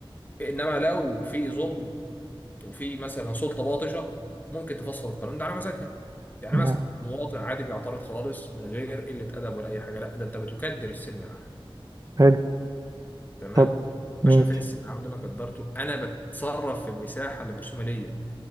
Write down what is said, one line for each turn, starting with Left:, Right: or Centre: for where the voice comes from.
Left: انما لو في ظلم وفي مثلا سلطة باطشة ممكن تفسر القانون ده على مزاجها يعني
Right: نعم.
Left: مثلا مواطن عادي بيعترض خالص من غير قلة أدب ولا أي حاجة لا ده أنت بتكدر السلم العام
Right: حلو
Left: تمام
Right: طب
Left: باشا
Right: ماشي
Left: فين السيب العمود اللي انا قدرته انا بتصرف في المساحه اللي مرسومه ليا